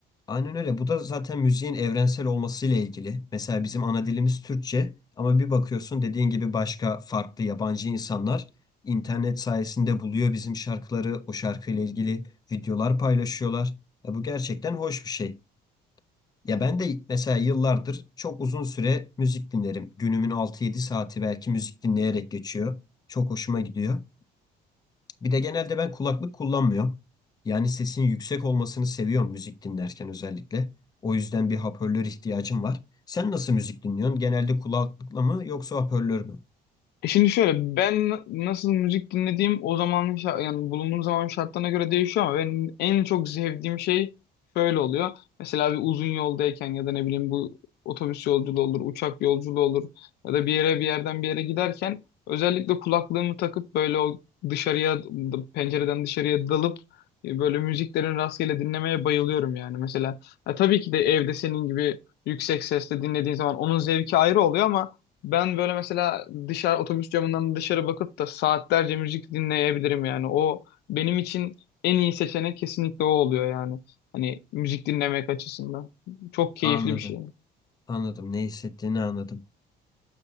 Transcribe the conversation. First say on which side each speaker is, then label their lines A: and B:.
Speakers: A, on the left; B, on the left.
A: Aynen öyle. Bu da zaten müziğin evrensel olmasıyla ilgili. Mesela bizim ana dilimiz Türkçe ama bir bakıyorsun dediğin gibi başka farklı yabancı insanlar internet sayesinde buluyor bizim şarkıları, o şarkıyla ilgili videolar paylaşıyorlar. Ya bu gerçekten hoş bir şey. Ya ben de mesela yıllardır çok uzun süre müzik dinlerim. Günümün altı yedi saati belki müzik dinleyerek geçiyor. Çok hoşuma gidiyor. Bir de genelde ben kulaklık kullanmıyorum. Yani sesin yüksek olmasını seviyorum müzik dinlerken özellikle. O yüzden bir hoparlör ihtiyacım var. Sen nasıl müzik dinliyorsun? Genelde kulaklıkla mı yoksa hoparlör mü?
B: E Şimdi şöyle ben nasıl müzik dinlediğim o zamanın şa- yani bulunduğum zaman şartlarına göre değişiyor ama benim en çok sevdiğim şey şöyle oluyor. Mesela bir uzun yoldayken ya da ne bileyim bu otobüs yolculuğu olur, uçak yolculuğu olur ya da bir yere bir yerden bir yere giderken özellikle kulaklığımı takıp böyle o dışarıya pencereden dışarıya dalıp e, böyle müziklerin rastgele dinlemeye bayılıyorum yani mesela. Ya tabii ki de evde senin gibi yüksek sesle dinlediğin zaman onun zevki ayrı oluyor ama ben böyle mesela dışarı otobüs camından dışarı bakıp da saatlerce müzik dinleyebilirim yani. O benim için en iyi seçenek kesinlikle o oluyor yani. Hani müzik dinlemek açısından. Çok keyifli
A: Anladım.
B: bir şey.
A: Anladım. Ne hissettiğini anladım.